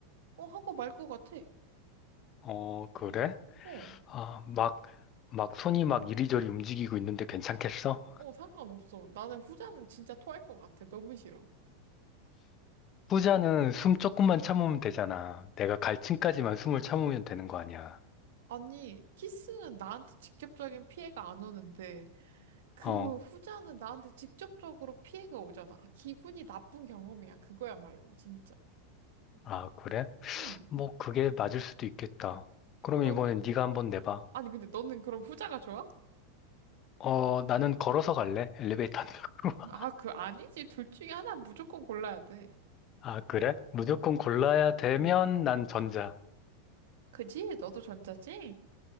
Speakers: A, on the right (about 75°); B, on the left (about 25°).
A: 어, 하고 말 것 같아.
B: 어, 그래?
A: 어,
B: 아, 막, 막 손이 막 이리저리 움직이고 있는데 괜찮겠어?
A: 어, 상관없어. 나는 후자는 진짜 토할 것 같아. 너무 싫어.
B: 후자는 숨 조금만 참으면 되잖아. 내가 갈 층까지만 숨을 참으면 되는 거 아니야.
A: 아니, 키스는 나한테 직접적인 피해가 안 오는데, 그
B: 어,
A: 후자는 나한테 직접적으로 피해가 오잖아. 기분이 나쁜 경험이야. 그거야말로, 진짜.
B: 아, 그래?
A: 응.
B: 뭐, 그게 맞을 수도 있겠다. 그럼
A: 너는?
B: 이번엔 네가 한번 내봐.
A: 아니, 근데 너는 그럼 후자가 좋아?
B: 어, 나는 걸어서 갈래? 엘리베이터 안 타고. <laughs>
A: 아, 그 아니지. 둘 중에 하나 무조건 골라야 돼.
B: 아, 그래? 무조건
A: 응.
B: 골라야 되면
A: 응.
B: 난 전자.
A: 그지? 너도 전자지?